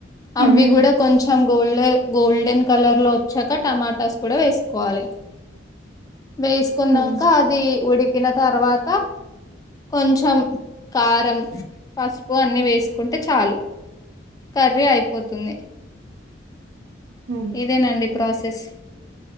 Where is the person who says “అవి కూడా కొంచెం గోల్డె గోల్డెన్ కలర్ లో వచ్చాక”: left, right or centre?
Left